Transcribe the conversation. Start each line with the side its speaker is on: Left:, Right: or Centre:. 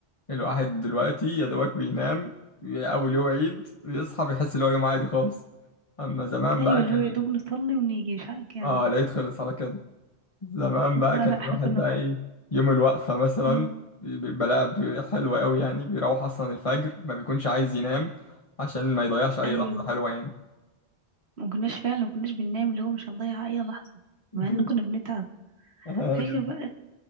Left: الواحد دلوقتي يا دوبك بينام أول يوم عيد بيصحى بيحس إن هو يوم عادي خالص أما زمان
Right: ايوه
Left: بقى
Right: اللي
Left: كان
Right: هو يا دوب نصلي ونيجي مش عارف يعني
Left: آه العيد خلص على كده زمان
Right: لا
Left: بقى كان
Right: لا
Left: الواحد
Right: احنا كنا
Left: بقى إيه يوم الوقفة مثلا
Right: امم
Left: بيبقى لعب حلو أوي يعني بيروح أصلا الفجر ما بيكونش عايز ينام عشان ما يضيعش أي
Right: ايوه
Left: لحظة حلوة يعني
Right: ما كناش فعلا ما كناش بننام اللي هو مش هنضيع اي لحظة
Left: <laughs>
Right: مع ان كنا بنتعب
Left: اه
Right: فاكر
Left: جدا
Right: بقى